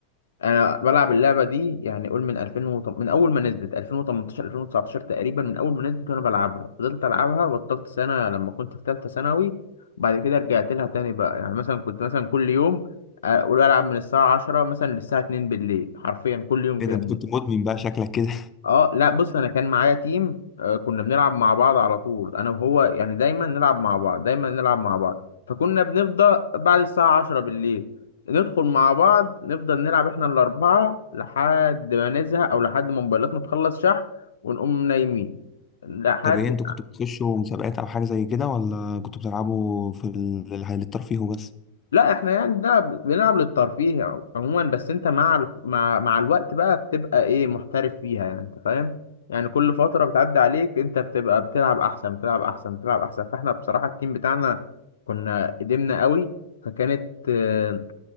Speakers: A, on the left; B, on the left.
A: انا بلعب اللعبه دي يعني قول من 2000 وط... من اول ما نزلت 2018 2019 تقريبا من اول ما نزلت وانا بلعبها فضلت العبها بطلت سنه لما كنت في ثالثه ثانوي وبعد كده رجعت لها تاني بقى يعني مثلا كنت مثلا كل يوم آه، اقول العب من الساعه 10 مثلا للساعه 2 بالليل حرفيا كل يوم كده
B: إيه ده أنت كنت مدمن بقى شكلك كده
A: اه لا بص انا كان معايا تيم آه كنا بنلعب مع بعض على طول انا وهو يعني دايما نلعب مع بعض دايما نلعب مع بعض فكنا بنفضل بعد الساعة عشرة بالليل ندخل مع بعض نفضل نلعب احنا الأربعة لحد ما نزهق أو لحد ما موبايلاتنا تخلص شحن ونقوم نايمين لحد
B: <laughs> طب إيه أنتوا كنتوا بتخشوا مسابقات أو حاجة زي كده ولا كنتوا بتلعبوا في ال- الترفيه وبس؟
A: لا احنا يعني بنلعب بنلعب للترفيه عموما بس انت مع ال- مع مع الوقت بقى بتبقى ايه محترف فيها يعني انت فاهم يعني كل فترة بتعدي عليك انت بتبقى بتلعب احسن بتلعب احسن بتلعب احسن فاحنا بصراحة التيم بتاعنا كنا قدمنا قوي فكانت آه،